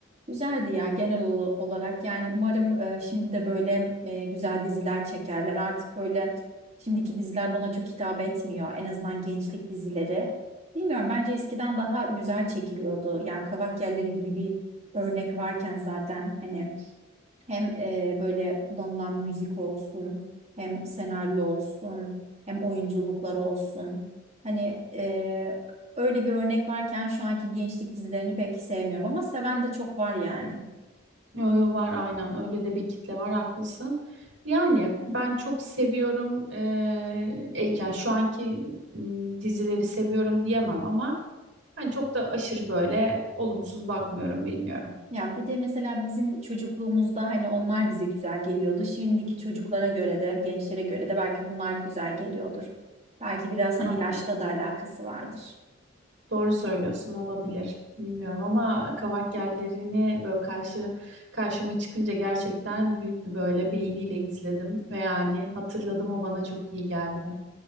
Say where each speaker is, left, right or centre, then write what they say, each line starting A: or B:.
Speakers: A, on the right; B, on the right.
A: Güzeldi ya genel ola- olarak. Yani umarım e, şimdi de böyle e, güzel diziler çekerler. Artık böyle şimdiki diziler bana çok hitap etmiyor. En azından gençlik dizileri. Bilmiyorum bence eskiden daha güzel çekiliyordu. Yani Kavak Yelleri gibi bir örnek varken zaten hani Hem e, böyle kullanılan müzik olsun, hem senaryo olsun, hem oyunculuklar olsun. Hani e, öyle bir örnek varken şu anki gençlik dizilerini pek sevmiyorum ama seven de çok var yani.
B: Yo yo var aynen. Öyle de bir kitle var haklısın. Yani ben çok seviyorum. eee, e, yani şu anki m, dizileri seviyorum diyemem ama ben çok da aşırı böyle olumsuz bakmıyorum bilmiyorum.
A: Ya bir de mesela bizim çocukluğumuzda hani onlar bize güzel geliyordu. Şimdiki çocuklara göre de, gençlere göre de belki bunlar güzel geliyordur. Belki biraz hani
B: Aynen.
A: yaşla da alakası vardır.
B: Doğru söylüyorsun olabilir. Bilmiyorum ama kavak yerlerini böyle karşı karşıma çıkınca gerçekten büyük bir böyle beğeniyle izledim ve yani hatırladım o bana çok iyi geldi.